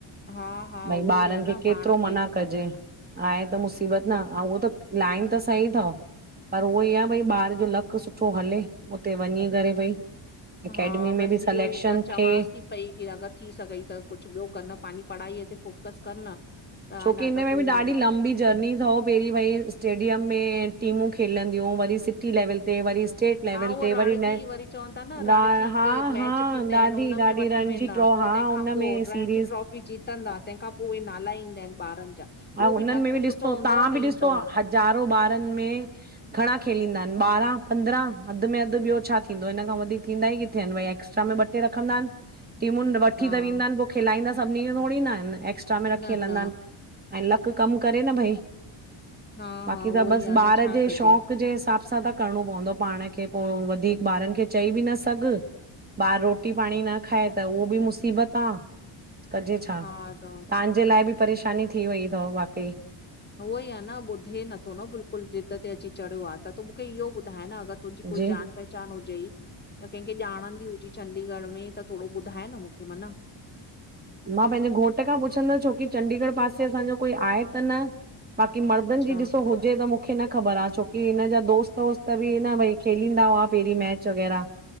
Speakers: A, on the left; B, on the right.
A: हा। हा
B: भइ
A: उहो
B: ॿारनि
A: ई आ
B: खे
A: न
B: केतिरो
A: पाण खे
B: मना कजे, आहे त मुसीबत न औंउ उहो त लाइन त सही थव पर उहोई आ भई ॿार जो लकु सुठो हले उते वंञीं करे भई अकेडमी
A: हा
B: में
A: बसि
B: ॿि सलेक्शन
A: इहो ई त चवांसि
B: थिए
A: थी पई की अगरि थी सघई त कुछु ॿियो कर न पांजी पढ़ाईअ ते फोकस कर न त
B: छोकी
A: अञा
B: इन्हेमें
A: त तूं
B: ॿि ॾाढी लंबी जर्नी थव पहिरीं वई स्टेडियम में टीमूं खेलंदियूं, वरी सिटी लेवल ते, वरी स्टेट लेवल
A: हा उह
B: ते
A: रणजी
B: वरी नेशनल
A: वरी चवनि ता न रणजी
B: ॾा
A: हिक
B: हा
A: मैच
B: हा
A: थींदा
B: ॾाढी
A: इनि उन्ह
B: ॾाढी
A: में वठी
B: रणजी
A: वेंद
B: ट्रो
A: हा पो तंहिंखां
B: हुनमें
A: पो,
B: सीरीज़
A: रण जी ट्रॉफी जीतंदा तंहिंखां पोइ नाला ईंदा इनि ॿारनि जा
B: हा
A: उहो
B: उन्हनि
A: बि लक
B: में ॿि
A: सुठो
B: ॾिसो
A: हूंदव
B: तहां
A: त
B: ॿि ॾिसो
A: ईंदव
B: हज़ारो ॿारनि में घणा खेलींदा हिनि ॿारहां पंद्रहां वधि में वधि ॿियो छा थींदो हिन खां वधीक थींदा ई किथे इन भई एक्स्ट्रा में ॿ रखंदा हिनि टी <inaudible> मुन वठी
A: हा
B: त विंदा हिनि पो खिलाईंदा सभिनी खे थोरीं ना इन एक्स्ट्रा में रखी
A: न
B: हलंदा
A: न
B: आहिनि। ऐं लक कम करे न भइ
A: हा
B: बाक़ी
A: हा उहो
B: त बस
A: ई आ न
B: ॿार
A: छा
B: जे
A: कजे
B: शौक़ जे हिसाब सां त करणो पवंदो आ पांण खे पो वधीक ॿारनि खे चई ॿि न सघ ॿार रोटी पांणी न खाए त उहो ॿि मुसीबत आ कजे छा,
A: हा त
B: तहांजे लाइ ॿि परेशानी थी वई थव वाकई
A: उहोई आ न ॿुधे नथो न बिल्कुल ज़िद ते अची चढ़ियो आ त त मुखे इहो ॿुधाए न अगरि तुंहिंजी कोई
B: जी
A: जान पहिचान पहचान हुजई या कंहिंखे ॼाणंदी हुजीं चंडीगढ़ में त थोड़ो ॿुधाए न मुखे मन।
B: मां पंहिंजे घोट खां पुछंदसि छोकी चंडीगढ़ पासे असांजो कोई आहे त न बाक़ी मड़दन
A: अच्छा
B: जी ॾिसो हुजे त मुखे न ख़बर आ छोकी हिन जा दोस्त वोस्त ॿि न भई खेलींदा हुआ पहिरीं मैच वग़ैरह